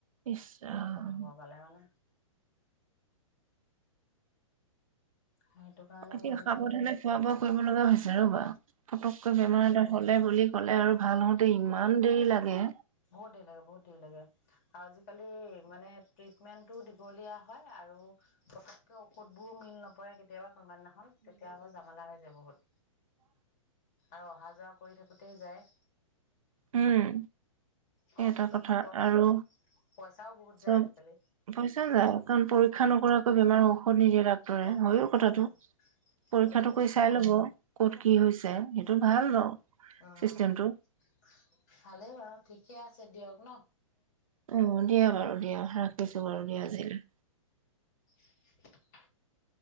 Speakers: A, on the right; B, on the left.
A: ইচ ৰাম
B: তেনেকুৱা হ'ব পালে মানে সেইটোকাৰনে
A: অতি
B: বৰ জিলাৰ।
A: সাৱধানে খোৱা বোৱা কৰিব লগা হৈছে ৰ'বা। পটকৈ বেমাৰ এটা হলে বুলি ক'লে আৰু ভাল হওঁতে ইমান দেৰি লাগে।
B: বহুত দেৰি লাগে বহুত দেৰি লাগে আৰু আজি কালি মানে ট্ৰিটমেণ্টটোও দি লিয়া হয় আৰু পতকে ঔষধ বোৰো মিল নপৰে কেতিয়াবা সমানাখন তেতিয়া আকৌ জামালা হৈ যায় বহুত। আৰু অহা যোৱা কৰি থাকোঁতেই যায়।
A: উম,
B: কষ্টটো
A: এটা কথা
B: কষ্ট
A: আৰু
B: পইচাও বহুত
A: চব
B: যায় আজিকালি।
A: পইচা যায় কাৰণ পৰীক্ষা নকৰাকৈ বেমাৰো নিদিয়ে ডাক্তৰে।
B: অকণ
A: হয়ো
B: নিদিয়ে
A: কথাটো,
B: উম
A: পৰীক্ষাটো
B: কৰিব লাগে
A: কৰি চাই ল'ব কত কি হৈছে সেইটো ভাল বাৰু
B: অ,
A: চিষ্টেমটো
B: ভালেই বাৰু ঠিকে আছ দিয়ক ন?
A: অ', দিয়া বাৰু দিয়া, ৰাখিছো বাৰু দিয়া আজিলৈ।
B: <inaudible> <unintelligible>